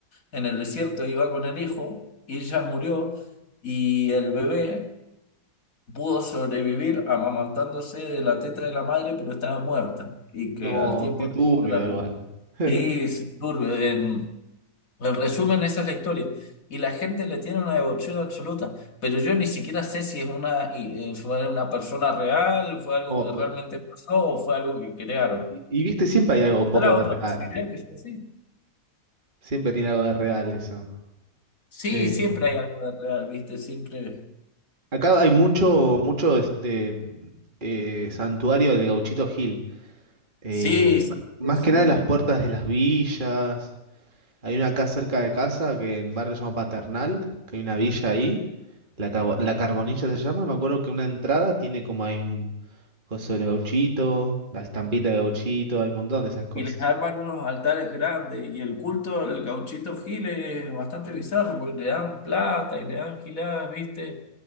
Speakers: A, on the left; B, on the right.
A: en el desierto, iba con el hijo y ella murió y el bebé pudo sobrevivir amamantándose de la teta de la madre, pero estaba muerta y que
B: no,
A: al tiempo
B: qué
A: la
B: turbio
A: capturaron.
B: igual. <laughs>
A: Sí, es turbio. En, en resumen, esa es la historia. Y la gente le tiene una devoción absoluta, pero yo ni siquiera sé si es una, y- eh, fue una persona real, fue algo
B: O-
A: que
B: o-
A: realmente pasó o fue algo que crearon.
B: y, y viste, siempre hay algo
A: ¿Está
B: un poco
A: la
B: de
A: otra
B: real.
A: posibilidad que sea así?
B: Siempre tiene algo de real eso.
A: Sí,
B: Eh,
A: siempre hay algo de real, ¿viste? Siempre.
B: acá hay mucho, mucho este eh, santuario de Gauchito Gil. Eh,
A: Sí, sí,
B: más
A: eso
B: que nada
A: lo
B: en las
A: vi.
B: puertas de las villas. Hay una acá cerca de casa, que en barrio se llama Paternal, que hay una villa ahí, la, Cabo- la Carbonilla se llama, me acuerdo que una entrada tiene como hay un coso del gauchito, la estampita de gauchito, hay un montón de esas cosas.
A: y les arman unos altares grandes. Y el culto al gauchito Giles es bastante bizarro porque le dan plata y le dan giladas, ¿viste?